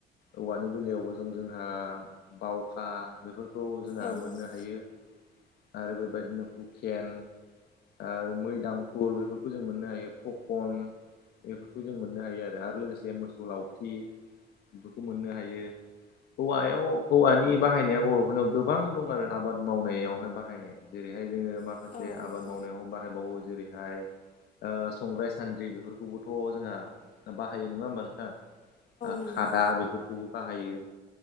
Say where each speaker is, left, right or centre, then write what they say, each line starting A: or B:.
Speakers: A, on the left (about 70°); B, on the left (about 50°).
A: औवानि बेलायावबो जों जोंहा बावखा बेफोर खौ जोंहा
B: औ
A: मोननो
B: औ
A: हायो आरो बेबायदिनो हुकेन आरो मै दांखुर बेफोरखौ बेखौ जों मोननो हायो टकन बेफोरखौ जों मोननो हायो आरो लोगोसे मोसौलाव बेफोरखौ मोननो हायो हौवायाव औवानि बाहायनाया बर'फोरनाव गोबां दं आरो आबाद मावनायावहाय बाहायनाय जेरैहाय जोङो माखासे
B: औ
A: आबाद मावनायाव बाहायबावो जेरैहाय संग्राय सान्द्रि बेफोरखौबोथ' जोंहा बाहायो नङा होमबा नोंथां
B: नंगौ
A: खादा बेफोरखौबो बाहायो